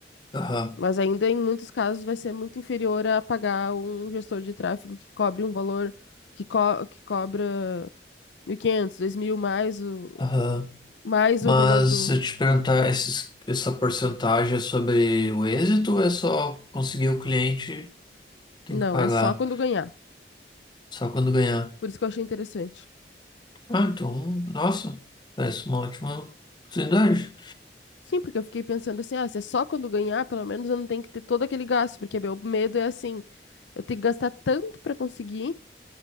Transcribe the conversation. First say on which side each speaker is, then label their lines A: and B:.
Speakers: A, on the left (about 25°); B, on the left (about 80°).
A: Aham,
B: Mas ainda em muitos casos vai ser muito inferior a pagar um gestor de tráfego que cobre um valor que, co que cobra mil e quinhentos dois mil mais o
A: aham.
B: mais
A: Mas
B: o valor do.
A: eu te perguntar, esses, essa porcentagem é sobre o êxito ou é só conseguir o cliente, tem
B: Não,
A: que pagar
B: é só quando ganhar.
A: só quando ganhar?
B: Por isso que eu achei interessante.
A: Ah, então, nossa, parece uma ótima oportunidade.
B: Sim, porque eu fiquei pensando assim, ah, se é só quando ganhar, pelo menos eu não tenho que ter todo aquele gasto, porque meu medo é assim, eu tenho que gastar tanto para conseguir